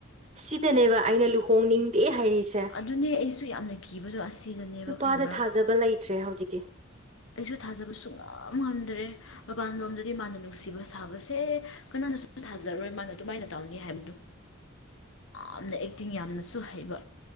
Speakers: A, on the right; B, on the left.
A: ꯁꯤꯗꯅꯦꯕ ꯑꯩꯅ ꯂꯨꯍꯣꯡꯅꯤꯡꯗꯦ ꯍꯥꯏꯔꯤꯁꯦ
B: ꯑꯗꯨꯅꯦ ꯑꯩꯁꯨ ꯌꯥꯝꯅ ꯀꯤꯕꯗꯣ ꯑꯁꯤꯗꯅꯦꯕ
A: ꯅꯨꯄꯥꯗ
B: ꯈꯪꯕ꯭ꯔꯥ
A: ꯊꯥꯖꯕ ꯂꯩꯇ꯭ꯔꯦ ꯍꯧꯖꯤꯛꯇꯤ
B: ꯑꯩꯁꯨ ꯊꯥꯖꯕ ꯁꯨꯡ ꯉꯝ ꯉꯝꯗ꯭ꯔꯦ ꯃꯄꯥꯟ ꯂꯣꯝꯗꯗꯤ ꯃꯥꯅ ꯅꯨꯡꯁꯤꯕ ꯁꯥꯕꯁꯦ ꯀꯅꯥꯅꯁꯨ ꯊꯥꯖꯔꯣꯏ ꯃꯥꯅ ꯑꯗꯨꯃꯥꯏꯅ ꯇꯧꯅꯤ ꯍꯥꯏꯕꯗꯨ
A: <inaudible>
B: ꯌꯥꯝꯅ ꯑꯦꯛꯇꯤꯡ ꯌꯥꯝꯅꯁꯨ ꯍꯩꯕ